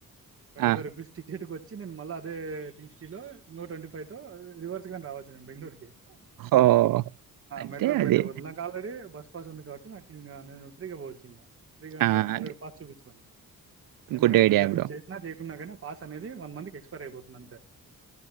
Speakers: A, on the right; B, on the right.
A: ట్వంటీ
B: ఆ!
A: ఫైవ్ రూపీస్ టికెట్ కు వచ్చి నేను మళ్ళీ అదేంగ్ చిలో ఇ నో ట్ంటీ ఫైవ్ో రివర్స్ కానీ రావాలి మే బెంగళూరు
B: ఓహ్! అంటే
A: మెట్రో పెట్ట
B: అది.
A: పోదు నాంక ఆల్్రెడి బస్ స్వాసంంది కాట్టి నాకు నను ఫ్రీగా పో వచ్చ త్రీగాంటే
B: ఆ!
A: ఆల్రెీ
B: అది.
A: పా చూపించండి ఎందుకంటే
B: గుడ్ ఐడియా
A: మేము జర్నీ
B: బ్రో.
A: చేసినా చేయకుంన్నా కనీ పాస్ అనేది వన్ మ్ి ఎక్స్పైర్ అయిపోతుందింతే